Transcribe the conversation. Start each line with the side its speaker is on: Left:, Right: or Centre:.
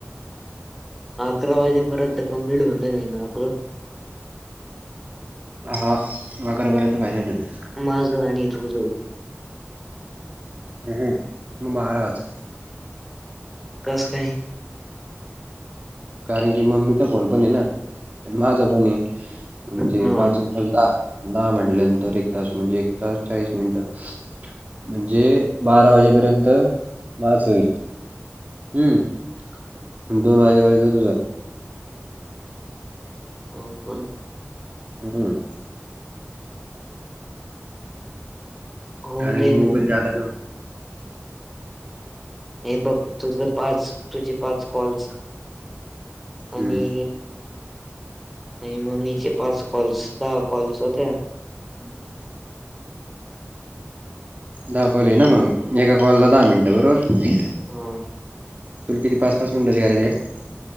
Centre: अकरा वाजेपर्यंत कंप्लीट बनले नाही ना आपलं.
Right: हा अकरापर्यंत फायनल होईल.
Centre: माझं आणि तुझं.
Right: हम्म बारा वाज
Centre: कस काय.
Right: कारण की मम्मीचा फोन पण आहे ना आणि माझं पण म्हणजे
Centre: हा
Right: पाच अण पाच दहा दहा म्हटल्यानंतर एक तास म्हणजे एक तास चाळीस मिनिटं. म्हणजे बारा वाजेपर्यंत माझं होइल. हम्म दोन वाजेपर्यंत तुझं.
Centre: <inaudible>
Right: हम्म.
Centre: होऊन
Right: कारण
Centre: जाईन
Right: की मोबाईल जादा घेऊन.
Centre: हे बघ तुझ पाच तुझे पाच कॉल्स
Right: हम्म
Centre: आणि आणि मम्मीचे पाच कॉल्स दहा कॉल्स होत्यात.
Right: <unintelligible> दहा कॉल ये ना मग एका कॉल ला दहा मिनटं बरोबर.
Centre: हम्म.
Right: तुला किती पाच पाच मिनटाचे करायचे आहे?